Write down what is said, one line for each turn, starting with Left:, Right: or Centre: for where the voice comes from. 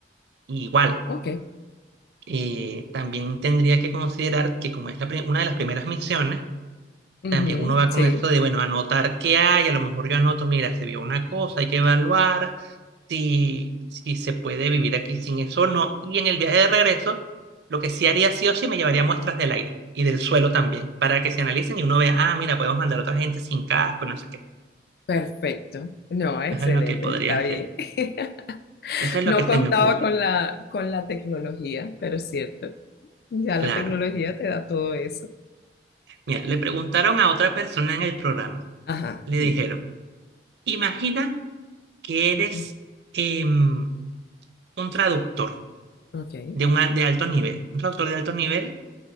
Right: Igual,
Left: Ok,
Right: eh, también tendría que considerar que como es la pri- una de las primeras misiones,
Left: ujú,
Right: también uno va
Left: sí,
Right: con esto de, bueno, anotar qué hay, a lo mejor yo anoto, mira, se vio una cosa, hay que evaluar si, si se puede vivir aquí sin eso o no. Y en el viaje de regreso, lo que sí haría sí o sí, me llevaría muestras del aire y del suelo también, para que se analicen y uno vea, ah, mira, podemos mandar a otra gente sin casco, no sé qué.
Left: perfecto. No, excelente,
Right: Eso es lo que podría
Left: está
Right: hacer.
Left: bien. <laughs>
Right: Eso es
Left: No
Right: lo que
Left: contaba
Right: se me ocurre.
Left: con la, con la tecnología, pero es cierto. Ya
Right: Claro.
Left: la tecnología te da todo eso.
Right: Mira, le preguntaron a otra persona en el programa.
Left: Ajá,
Right: Le
Left: dime.
Right: dijeron, imagina que eres
Left: Ujú,
Right: em, un traductor
Left: Ok.
Right: de, un de alto nivel, un traductor de alto nivel